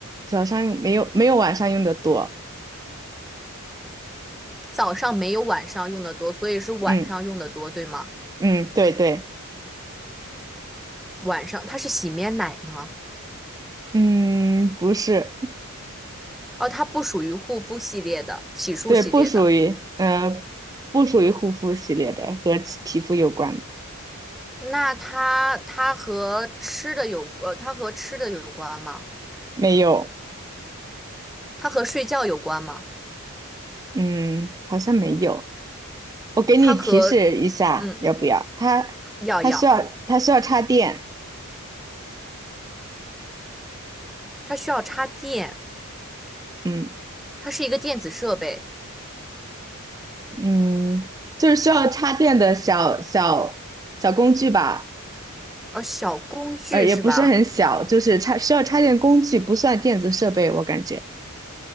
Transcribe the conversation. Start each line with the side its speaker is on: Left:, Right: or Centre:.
Right: 早上用没有没有晚上用的多。
Centre: 早上没有晚上用的多，所以是晚上用的多，
Right: 嗯
Centre: 对吗？
Right: 嗯，对对。
Centre: 晚上它是洗面奶吗？
Right: 嗯，不是，
Centre: 哦，它不属于护肤系列的，洗漱系列的。
Right: 对，不属于，呃，不属于护肤系列的，和其皮肤有关的，
Centre: 那它它和吃的有呃，它和吃的有关吗？
Right: 没有，
Centre: 它和睡觉有关吗？
Right: 嗯，好像没有。我给你提示一下，
Centre: 它和嗯，
Right: 要不要？它
Centre: 要要，
Right: 它需要它需要插电，
Centre: 它需要插电，
Right: 嗯
Centre: 它是一个电子设备，
Right: 嗯，就是需要插电的小小小工具吧，
Centre: 呃，小工具是吧？
Right: 呃，也不是很小，就是插需要插电工具，不算电子设备，我感觉